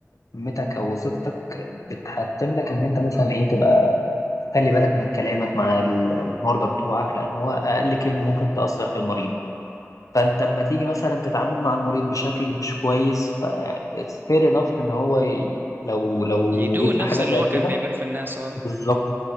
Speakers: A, on the left (about 80°); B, on the right (about 40°).
A: مهمتك أو وظيفتك بتحتم لك إن أنت مثلا إيه تبقى خلي بالك من كلامك مع ال- المرضى بتوعك لأن هو أقل كلمة ممكن تأثر في المريض فأنت أما تيجي مثلا تتعامل مع المريض بشكل مش كويس ف it's fair enough إن هو ي- لو لو
B: يدوق
A: جيت
B: نفس
A: في حاجة
B: اللي
A: زي
B: هو
A: كده
B: كان بيعمله في الناس اه
A: بالظبط